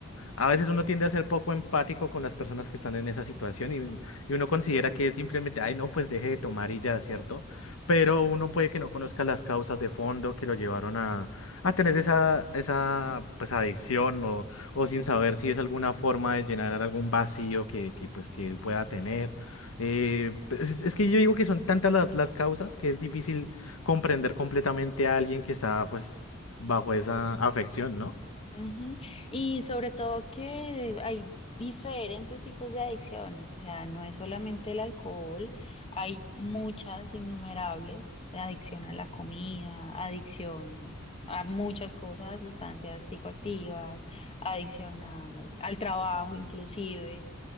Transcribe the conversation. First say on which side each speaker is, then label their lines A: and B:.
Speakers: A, on the left; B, on the left.
A: A veces uno tiende a ser poco empático con las personas que están en esa situación y, y uno considera que es simplemente, ay, no, pues deje de tomar y ya, ¿cierto? Pero uno puede que no conozca las causas de fondo que lo llevaron a, a tener esa, esa pues, adicción o, o sin saber si es alguna forma de llenar algún vacío que, que, pues, que él pueda tener. Eh, pues, es, es que yo digo que son tantas las, las causas que es difícil comprender completamente a alguien que está pues bajo esa afección, ¿no?
B: Ujú, ujú. Y sobre todo que hay diferentes tipos de adicciones, o sea, no es solamente el alcohol, hay muchas innumerables, adicción a la comida, adicción a muchas cosas, a sustancias psicoactivas, adicción a- al trabajo inclusive.